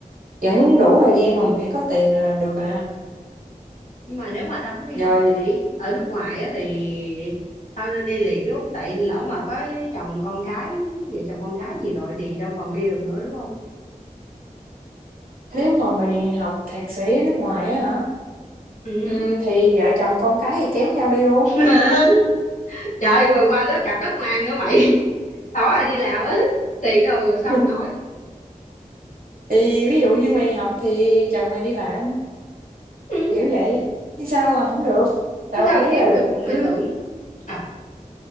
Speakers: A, on the right (about 85°); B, on the left (about 70°).
A: vẫn đủ thời gian mà mày có tiền là làm được à
B: nhưng mà nếu mà tao muốn đi học
A: rồi
B: thạc sĩ ở nước ngoài á thì tao nên đi liền đúng không tại lỡ mà có chồng con cái vợ chồng con cái gì rồi thì đâu còn đi được nữa đúng không
A: nếu mà mày học thạc sĩ ở nước ngoài á hả
B: ừ.
A: Ừm, thì vợ chồng con cái thì kéo nhau đi luôn.
B: <laughs> trời rồi qua đó cặp đất mà ăn nữa mày đâu ai đi làm á tiền đâu mà sống
A: <laughs>
B: nổi
A: Thì ví dụ như mày học thì chồng mày đi làm,
B: ừ.
A: kiểu vậy. Chứ sao mà không được? Tao
B: sao
A: thấy
B: kiếm
A: là
B: được mày
A: cứ
B: tưởng ờ